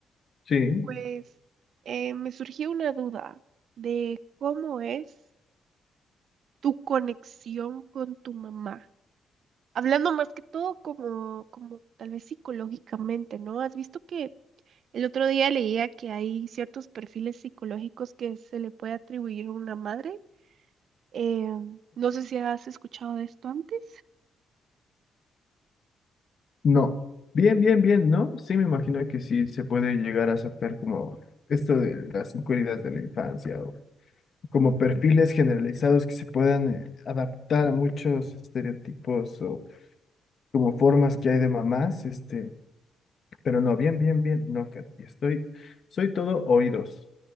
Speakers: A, on the left; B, on the right.
A: Sí.
B: Pues eh, me surgió una duda de cómo es tu conexión con tu mamá. Hablando más que todo como, como tal vez psicológicamente, ¿no? ¿Has visto que... El otro día leía que hay ciertos perfiles psicológicos que se le puede atribuir a una madre. Eh, no sé si has escuchado de esto antes.
A: No. Bien, bien, bien, ¿no? Sí, me imagino que sí se puede llegar a sacar como esto de las inquietudes de la infancia o como perfiles generalizados que se puedan eh, adaptar a muchos estereotipos o como formas que hay de mamás, este, pero no, bien, bien, bien, no, Kat, estoy, soy todo oídos.